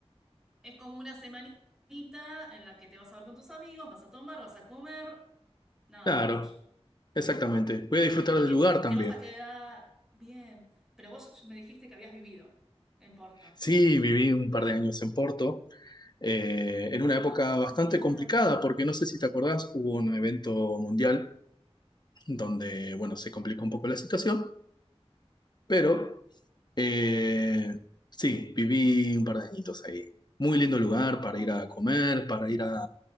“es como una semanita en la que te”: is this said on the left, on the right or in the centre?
Centre